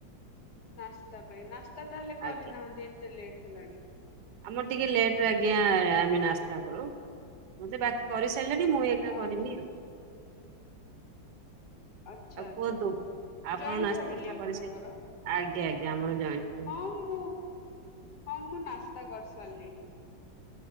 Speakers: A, on the left; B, on the right.
A: ନାସ୍ତା ପାଇଁ, ନାସ୍ତା ତାହେଲେ କରିନାହାନ୍ତି?
B: ଆଜ୍ଞା
A: ଏତେ ଲେଟ୍ ହେଲାଣି।
B: ଆମର ଟିକେ ଲେଟ୍ ରେ ଆଜ୍ଞା ଆମେ ନାସ୍ତା କରୁ। ମତେ ବା କରିସାରିଲେଣି ମୁଁ ଏକା
A: ଓହୋ
B: କରିନି ଆଉ।
A: ଆଚ୍ଛା
B: ଆଉ
A: ଆଚ୍ଛା।
B: କୁହନ୍ତୁ ଆପଣ
A: ଜଏଣ୍ଟ
B: ନାସ୍ତା
A: ଫ୍ୟାମିଲି
B: ଫାସ୍ତା
A: ଆପଣଙ୍କର?
B: କରି ସାରି, ଆଜ୍ଞା ଆଜ୍ଞା ଆମର ଜଏଣ୍ଟ ଫ୍ୟାମିଲି।
A: ହଁ ମୁଁ ହଁ ମୁଁ ନାସ୍ତା କରି ସାରିଲିଣି।